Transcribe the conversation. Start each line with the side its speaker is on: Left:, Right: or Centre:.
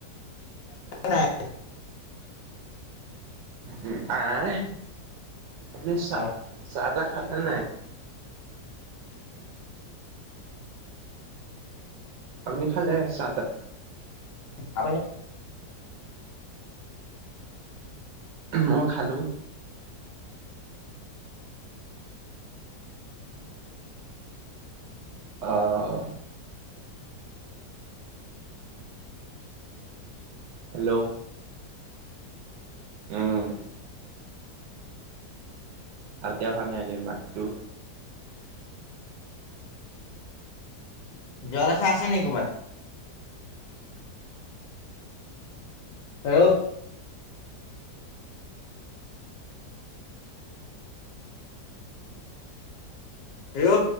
Left: নাই
Right: উম আহ আপুনি চাহ
Left: অ
Right: চাহ তাহ খালে নাই? আপুনি খালে চাহ তাহ?
Left: আপুনি
Right: মই খালো। অহ হেল্ল'! উম ভালকে অহা নাই দেই মাতটো।
Left: যোৱাৰ কথা আছে নি ক'ৰবাত? হেল্ল! হেল্ল!